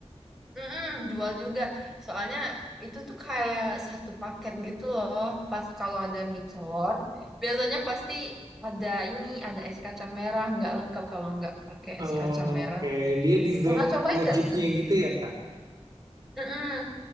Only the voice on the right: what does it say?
Oh,
Oke, Dia dessert
wajibnya
gitu ya Kak.